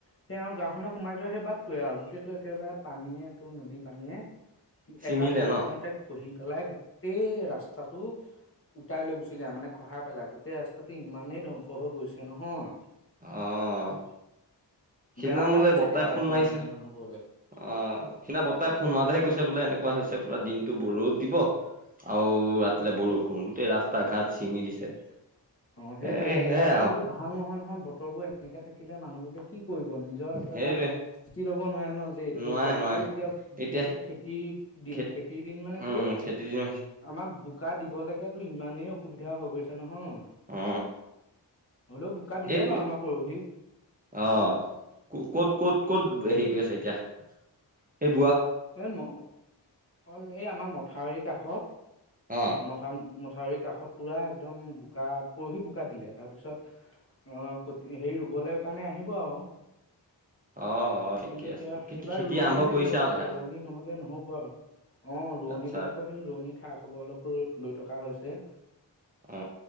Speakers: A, on the left; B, on the right.
A: সেই আৰু গাঁওখনত সোমাই যোৱা সেই বাট টোৱে আৰু গোটেইটো একেবাৰে পানীয়ে তোৰ নদী পানীয়ে
B: ছিঙিলে
A: এজাক বৰষুণতে
B: ন
A: খহি পেলাই গোটেই ৰাস্তাটো উটাই লৈ গুচি যায় মানে খহাই পেলাই গোটেই ৰাস্তাটো ইমানেই ধ্বংস হৈ গৈছে নহয়
B: আহ সিদিনা
A: বেয়া লগা
B: মোলে
A: হৈছেগে
B: বৰ্তাই
A: আৰু
B: ফোন
A: এতিয়া
B: মাৰিছিলে
A: মানে মানুহবোৰলে
B: অ সিদিনা বৰ্তাই ফোন মৰাতেহে কৈছিল বোলে এনেকুৱা হৈছে পুৰা দিনতটো ৰত দিব। আৰু ৰাতিলে বৰষুণ গোটেই ৰাস্তা ঘাট ছিঙি দিছে।
A: অ' সেইটোয়ে
B: এ
A: সেইটয়ে
B: সেয়াই
A: আৰু সেইবোৰ ভাল নহয় নহয় বতৰ বোৰ। এনেকে থাকিলে মানুহবোৰকে কি কৰিব নিজৰ একো
B: সেইটোৱে
A: এটা স্থিতি ল'ব নোৱাৰে ন যে এইটোোৱে
B: নোৱাৰে
A: কৰো
B: নোৱাৰে
A: আৰু এতিয়া। বিশেষকে
B: এতিয়া
A: খেতিৰ দিন
B: খে
A: খেতিৰ দিন মানে
B: উম
A: তোৰ
B: খেতি দিন আহিছে।
A: আমাৰ বোকা দিব লাগে। তো ইমানেই অসুবিধা হৈ গৈছে নহয়।
B: অ
A: হলেও বোকা দিলে
B: সেইটোৱে
A: বাৰু আমাৰ পৰহি।
B: অ ক'ত ক'ত ক'ত হেৰি কৰি আছে এতিয়া <unintelligible>
A: এ এই আমাৰ মথাউৰি কাষত
B: অ
A: মথা। ক চউৰি কাষত পুৰা একদম বোকা পৰহি বোকা দিলে তাৰপিছত। অ' ক হেই ৰুবলৈ কাৰণে আহিব আৰু।
B: অ'। অ ঠিকে
A: কিন্তু এতিয়া
B: আছে খেতি
A: এইবাৰ
B: খেতি
A: ৰোৱনি
B: আৰম্ভ
A: লাগিব
B: কৰিছে আৰু
A: চাগে
B: লাহে লাহে
A: ৰোৱনী নহলে নহ'ব আৰু। অ' ৰোৱনী
B: আচ্ছা
A: লাগিব সেই ৰোৱনী খা খবৰ অলপো লৈ থকা হৈছে।
B: অ',